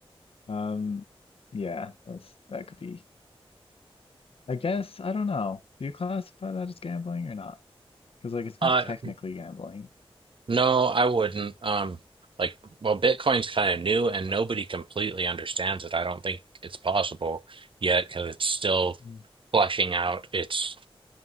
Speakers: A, on the left (about 70°); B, on the right (about 55°).
A: Um, yeah, that's that could be. I guess I don't know. Do you classify that as gambling or not? Because like it's not
B: Uh,
A: technically gambling.
B: no, I wouldn't. Um, like, well, Bitcoin's kind of new, and nobody completely understands it. I don't think it's possible yet because it's still
A: Mm,
B: fleshing out its